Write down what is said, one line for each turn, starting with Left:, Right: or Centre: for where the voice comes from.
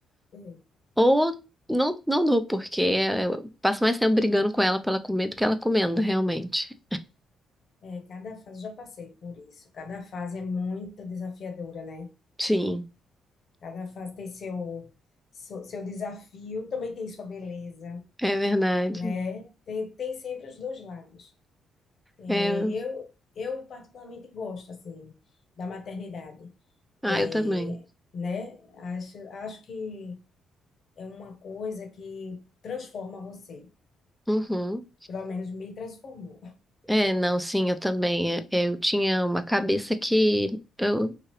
Left: É,
Centre: ou não, não dou, porque é, eu passo mais tempo brigando com ela pra ela comer do que ela comendo, realmente.
Left: É, cada fase, já passei por isso. Cada fase é muito desafiadora, né?
Centre: Sim,
Left: Cada fase tem seu, seu, seu desafio, também tem sua beleza,
Centre: é verdade.
Left: né? Tem, tem sempre os dois lados. É,
Centre: É,
Left: eu, eu particularmente gosto, assim, da maternidade.
Centre: ah,
Left: É,
Centre: eu também.
Left: né? Acho, acho que é uma coisa que transforma você.
Centre: Uhum.
Left: Pelo menos me transformou. <laughs>
Centre: É, não, sim, eu também. É, Eu tinha uma cabeça que eu,